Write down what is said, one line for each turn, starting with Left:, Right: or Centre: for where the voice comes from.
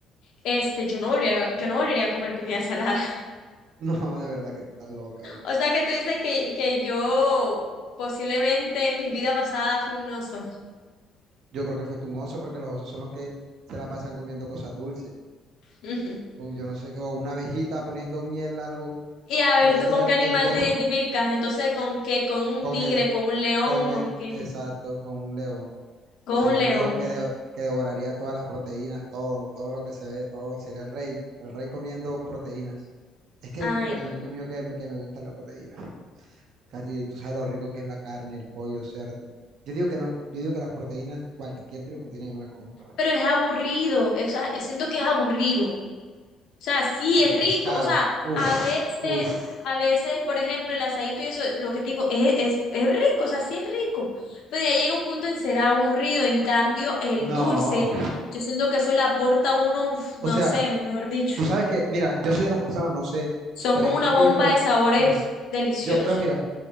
Left: este, yo no volviera, yo no volvería a comer comida salada. <laughs>
Right: No, de verdad que tú estás loca. oye.
Left: O sea que tú dices que, que yo posiblemente en mi vida pasada fui un oso.
Right: Yo creo que fuiste un oso porque los osos son los que se la pasan comiendo cosas dulces.
Left: <laughs>
Right: O yo no sé, o una abejita poniendo miel, algo.
Left: Y a ver,
Right: comiéndote
Left: ¿tú con
Right: la-
Left: qué animal
Right: el, co-
Left: te
Right: <laughs>
Left: identificas? Entonces, ¿con qué? ¿Con un
Right: con
Left: tigre?
Right: el,
Left: ¿Con un león?
Right: con
Left: ¿Con
Right: el,
Left: qué?
Right: exacto, con un león.
Left: Con
Right: Sería
Left: un león.
Right: un león que, de- que devoraría todas las proteínas, todo, todo lo que se ve, todo. Sería el rey, el rey comiendo proteínas. Es que
Left: Ay,
Right: el, el alimento
Left: no.
Right: mío que, me- que me gusta es la proteína. Katy, tú sabes lo rico que es la carne, el pollo, cerdo. Yo digo que no, yo digo que las proteínas, cualquier tipo de proteína yo me la como.
Left: Pero es aburrido, o sea, eh, siento que es aburrido. O sea, sí,
Right: El
Left: es
Right: pescado,
Left: rico. O sea,
Right: uff,
Left: a veces,
Right: uff,
Left: a veces, por ejemplo, el asadito y eso, lo que te digo, es, es, es rico, o sea, sí es rico. Pero ya llega un punto en ser aburrido. En cambio, el
Right: no.
Left: dulce, yo siento que eso le aporta a uno, uf, no
Right: O sea,
Left: sé, mejor dicho,
Right: tú sabes que, mira, yo soy de las personas, no sé,
Left: son
Right: pero
Left: como
Right: es,
Left: una
Right: es
Left: bomba
Right: que yo creo,
Left: de sabores
Right: mira,
Left: deliciosos.
Right: yo creo, mira.